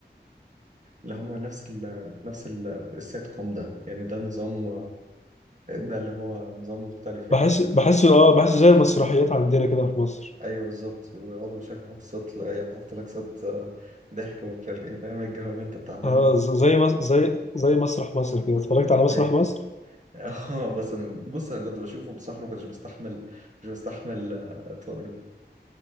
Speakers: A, on the right; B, on the left.
A: اللي هما نفس ال نفس ال السيت كوم ده يعني ده نظام ده اللي هو نظام مختلف يعني
B: بحس
A: كله
B: بحسه اه بحسه زي المسرحيات عندنا كده في مصر
A: ايوه بالظبط ويقعدوا مش عارف يحط صوت لا يحط لك صوت آه، ضحك ومش عارف ايه فاهم الجو انت التعبان
B: آه
A: ده
B: ز- زي مس- زي زي مسرح مصر كده اتفرجت على مسرح
A: اي
B: مصر
A: اه بس م- بص انا كنت بشوفه بصراحه ما كنتش بستحمل مش بستحمل آه، تقله